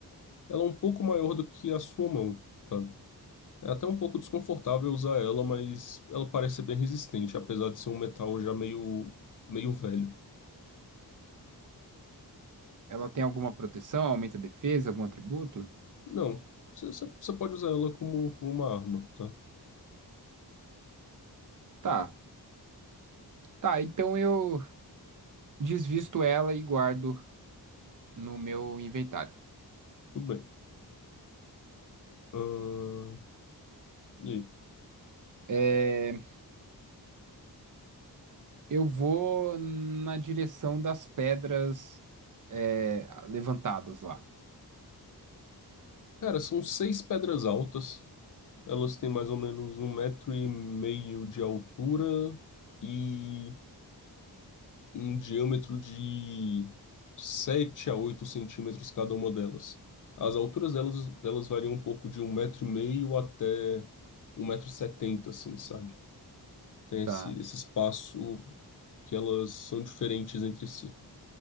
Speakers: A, on the left (about 50°); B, on the right (about 50°).
A: Ela é um pouco maior do que a sua mão, tá? É até um pouco desconfortável usar ela, mas ela parece ser bem resistente, apesar de ser um metal já meio, meio velho.
B: Ela tem alguma proteção, aumenta a defesa, algum atributo?
A: Não, você pode usar ela como, como uma arma, tá?
B: Tá, Tá, então eu desvisto ela e guardo no meu inventário.
A: Tudo bem. Ahn, e aí?
B: É, eu vou na direção das pedras é, levantadas lá.
A: Cara, são seis pedras altas Elas têm mais ou menos um metro e meio de altura e um diâmetro de 7 a 8 centímetros cada uma delas. As alturas delas, delas variam um pouco de um metro e meio até um metro e setenta, assim, sabe? Tem esse,
B: Tá.
A: esse espaço que elas são diferentes entre si.